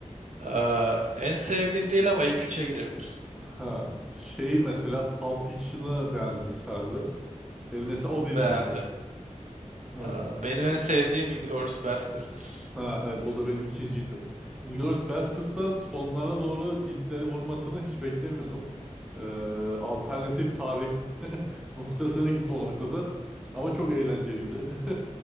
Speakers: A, on the right; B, in the centre.
A: Ee, en sevdiğim değil ama ilk üçe girebilir.
B: Ha. Şey mesela Pulp Fiction'ı beğendiniz herhalde. Benim mesela o birinci.
A: Beğendim.
B: Evet.
A: Ee, Benim en sevdiğim Inglourious Basterds.
B: Ha evet o da benim ikinciydi. Inglourious Basterds'da sonlara doğru Hitler'i vurmasını hiç beklemiyordum. Ee, alternatif tarih <laughs> noktasına gitti o noktada. Ama çok eğlenceliydi. <laughs>